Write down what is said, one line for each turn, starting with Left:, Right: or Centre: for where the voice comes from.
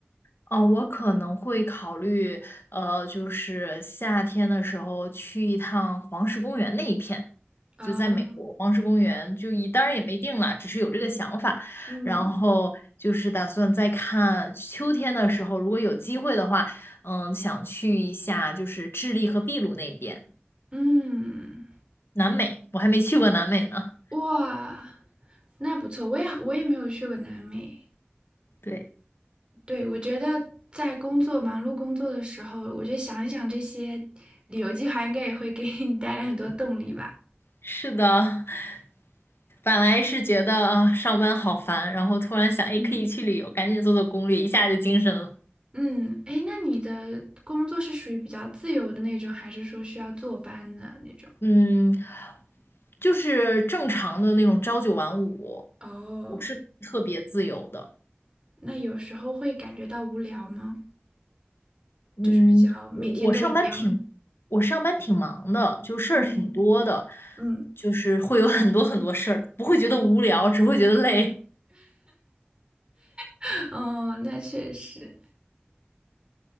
Left: 嗯，我可能会考虑，呃，就是夏天的时候去一趟黄石公园那一片，
Right: 啊，
Left: 就在美国黄石公园，就一当然也没定了，只是有这个想法。
Right: 嗯
Left: 然后就是打算再看秋天的时候，如果有机会的话，嗯，想去一下就是智利和秘鲁那边，
Right: 嗯，
Left: 南美，我还没去过南美呢。
Right: 哇，那不错，我也我也没有去过南美。
Left: 对。
Right: 对，我觉得在工作忙碌工作的时候，我觉得想一想这些旅游计划，应该也会给你带来很多动力吧。
Left: 是的，<laughs> 本来是觉得啊上班好烦，然后突然想，哎，
Right: 嗯。
Left: 可以去旅游，赶紧做做攻略，一下就精神了。
Right: 嗯，哎，那你的工作是属于比较自由的那种，还是说需要坐班的那种？
Left: 嗯，就是正常的那种朝九晚五，
Right: 哦，
Left: 不是特别自由的。
Right: 那有时候会感觉到无聊吗？
Left: 嗯，
Right: 就是比较每天都一样。
Left: 我我上班挺，我上班挺忙的，就事儿挺多的，
Right: 嗯嗯，
Left: 就是会有很多很多事儿，不会觉得无聊，只会觉得累。
Right: <laughs> 哦，那确实，